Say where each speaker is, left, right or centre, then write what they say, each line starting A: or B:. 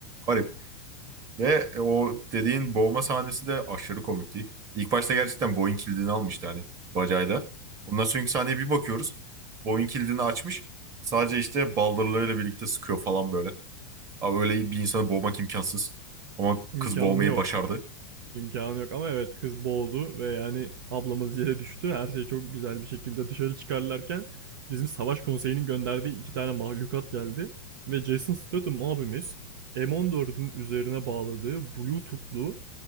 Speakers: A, on the right; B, on the right.
A: Garip. Ve e, o dediğin boğma sahnesi de aşırı komikti. İlk başta gerçekten boyun kilidini almıştı hani bacayla. Ondan sonraki sahneye bir bakıyoruz. Boyun kilidini açmış. Sadece işte baldırlarıyla birlikte sıkıyor falan böyle. Abi öyle bir insanı boğmak imkansız. Ama
B: İmkanı
A: kız boğmayı
B: yok.
A: başardı.
B: İmkanı yok ama evet kız boğdu ve yani ablamız yere düştü. Her şey çok güzel bir şekilde dışarı çıkarlarken bizim savaş konseyinin gönderdiği iki tane mahlukat geldi. Ve Jason Statham abimiz M14'ün üzerine bağladığı Bluetooth'lu